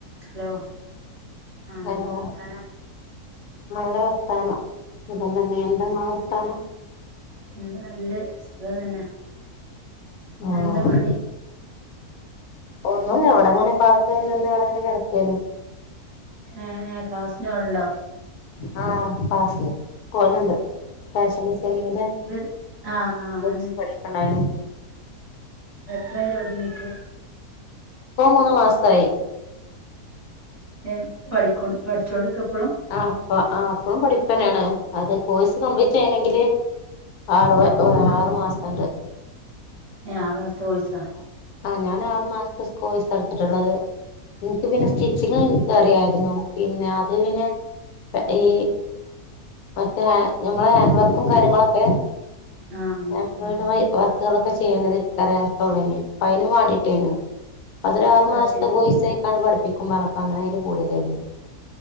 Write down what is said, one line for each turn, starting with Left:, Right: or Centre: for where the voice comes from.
Right: Hello ആ
Left: hello
Right: എന്താവർത്താനം
Left: നല്ല വർത്താനം സുഖം തന്നെ എന്തങ്ങളെ വർത്താനം
Right: ഉം നല്ലെ സുഖം തന്നെ
Left: ആഹ്
Right: എന്താ പണി
Left: ഒന്നുല്ല ഇവിടങ്ങനെ ക്‌ളാസുകഴിഞ്ഞുവന്ന് ഇവിടങ്ങനെ കിടക്കേന്നു
Right: അ അ ക്ലാസിനോൽണ്ടോ
Left: ആ ആ ക്‌ളാസില് പോവല്ണ്ട് ഫാഷൻ ഡിസൈനിങ്ങിന്റെ
Right: ഇത് ആഹ് ആഹ്
Left: കോഴ്സ്
Right: അന്നെ
Left: പഠിക്ക്ണ്ടായിനു
Right: ത്രായി തുടങ്ങീട്ട്
Left: ഇപ്പോ മൂന്നു മാസായി
Right: ഏ പഠിക്കൊ പഠിച്ചോണ്ടിക്ക ഇപ്പളും
Left: ആ പ്പ ആ പ്പളും പഠിപ്പന്നേണ് അത് കോഴ്സ് കംപ്ലീറ്റ് ചെയ്യണെങ്കില് ആറ് വ്
Right: ആഹ്
Left: ആറു മാസണ്ട്
Right: ഏ ആറുമാസോ തോഴ്സാ
Left: ആ ഞാൻ ആറ് മാസത്തെ സ്കോഴ്സാ ട്ത്തിട്ടുള്ളത് എനിക്ക് പിന്നെ സ്റ്റിച്ചിങ് അറിയായിരുന്നു പിന്നെ അത് പിന്നെ ഈ മറ്റേ ഹാ നമ്മളെ ഹാൻവർക്കും കാര്യങ്ങളൊക്കെ <unintelligible>
Right: ആഹ് ആഹ്
Left: വർക്കുകളൊക്കെ ചെയ്യേണ്ടത് ത്രയാ തുടങ്ങി അയ്നും മാണ്ടീട്ടേനു അതൊരാറുമാസത്തെ
Right: അത് ശരി
Left: കൊയ്സയിട്ടാണ് പഠി പ്പിക്കും പറഞ്ഞപ്പ അങ്ങനെ അയ്ല് കൂടിയതേര്ന്നു